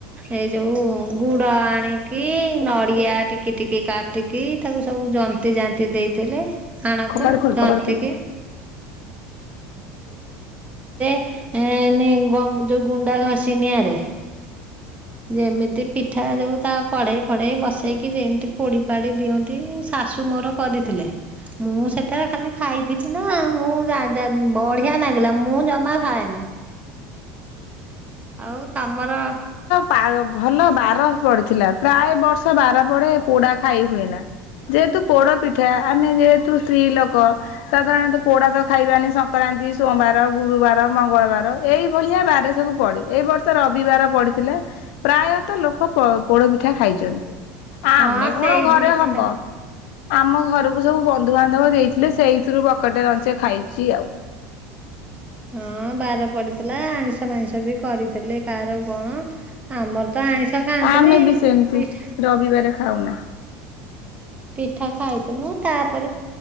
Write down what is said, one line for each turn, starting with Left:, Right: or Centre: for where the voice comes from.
Right: ଏଇ ଯୋଉ ଗୁଡ ଆଣିକି ନଡିଆ ଟିକି ଟିକି କାଟିକି ତାକୁ ସବୁ ଜନ୍ତିଜାନ୍ତି ଦେଇଥିଲେ, ଆଣକୁ
Left: କବାଟ ଖୋଲ
Right: ଜନ୍ତିକି
Left: କବାଟ ଖୋଲ।
Right: ଏ ନି ଗୁ ଯୋଉ ଗୁଣ୍ଡ ଘଷି ନିଆଁରେ
Left: ହ
Right: ଯେମିତି ପିଠା ଯୋଉ ତା କଢେଇଫଢେଇ ବସେଇକି ଯେମିତି ପୋଡିପାଡି ଦିଅନ୍ତି ଶାଶୁ ମୋର କରିଥିଲେ, ମୁଁ ସେତେବେଳେ ଖାଲି ଖାଇଥିଲି ନା ମୁଁ ଜାଣି ବଢିଆ ଲାଗିଲା ମୁଁ ଜମା ଖାଏନା। ଆଉ ତମର?
Left: ବାର ଭଲ ବାର ପଡିଥିଲା ପ୍ରାୟ ବର୍ଷ ବାର ପଡେ ପୋଡା ଖାଇ ହୁଏନା। ଯେହେତୁ ପୋଡ ପିଠା ଆମେ ଯେହେତୁ ସ୍ତ୍ରୀ ଲୋକ ସାଧାରଣତଃ ପୋଡା ତ ଖାଇବାନି ସଂକ୍ରାନ୍ତି ସୋମବାର ଗୁରୁବାର ମଙ୍ଗଳବାର ଏଇ ଭଳିଆ ବାରେ ସବୁ ପଡେ ଏଇ ବର୍ଷ ରବିବାର ପଡିଥିଲା ପ୍ରାୟତଃ ଲୋକ ପୋ ପୋଡ ପିଠା ଖାଇଛନ୍ତି ଆମେ
Right: ହଁ ସେଇଦିନ
Left: କଣ ଘରେ
Right: ଖଣ୍ଡେ
Left: ହବ, ଆମ ଘରକୁ ସବୁ ବନ୍ଧୁବାନ୍ଧବ ଦେଇଥିଲେ ସେଇଥିରୁ ବକଟେ ରଞ୍ଚେ ଖାଇଛି ଆଉ
Right: ହଁ ଅଁ-ଅଁ ବାର ପଡିଥିଲା ଆଇଁଷଫାଇଁଷ ବି କରିଥିଲେ। କାର କଣ, ଆମର ତ ଆଇଁଷ ଖାଆନ୍ତିନି
Left: ଆମେ ବି ସେମିତି
Right: ପିଠା
Left: ରବିବାର ଖାଉନା
Right: ପିଠା ଖାଇଥିନୁ। ତାପରେ